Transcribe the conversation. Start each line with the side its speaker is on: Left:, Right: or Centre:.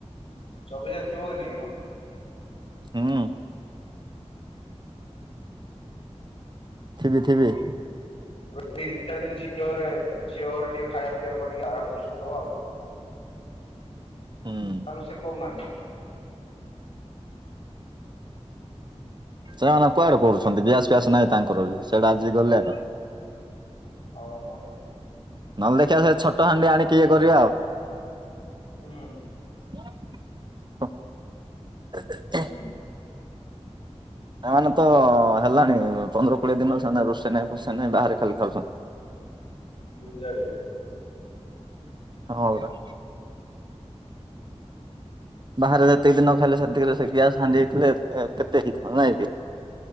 Left: ଚବିଶ ରେ ଥିବ କି ନାଇଁ?
Right: ହୁଁ। ଥିବି ଥିବି।
Left: <unintelligible> ଝିଅ ଘର ଟିକେ ଖାଇବା ପିଇବା କରିକି ଆଡଜଷ୍ଟ କର୍ ଦବା ଆଉ। <unintelligible>
Right: ହୁଁ
Left: କରୁ ନାହାନ୍ତି।
Right: ସେମାନେ କୁଆଡେ କରୁଛନ୍ତି ଗ୍ୟାସ୍ ଫ୍ୟାସ ନାହିଁ ତାଙ୍କର ବି ସେଟା ଆଜି ଗଲେ ତ
Left: ଓହୋ ହୋ।
Right: ନହେଲେ ଦେଖିବା ସେ ଛୋଟ ହାଣ୍ଡି ଆଣିକି ଇଏ କରିବା ଆଉ।
Left: ହୁଁ ହୁଁ।
Right: <unintelligible>
Left: ହୁଁ।
Right: ଏମାନେ ତ ହେଲାଣି ପନ୍ଦର କୋଡିଏ ଦିନ ସେମାନେ ରୋଷେଇ ନାହିଁ ପୋଷେଇ ନାହିଁ ବାହାରେ ଖାଲି ଖାଉଛନ୍ତି।
Left: ବିଜା ରେ।
Right: ହଁ ପରା। ବାହାରେ ଯେତିକି ଦିନ ଖାଇଲେ ସେତିକିରେ ସେ ଗ୍ୟାସ ହାଣ୍ଡି ହେଇଥିଲେ ଇଏ କେତେ ହେଇ ଥାନ୍ତା ନାଇଁ କି?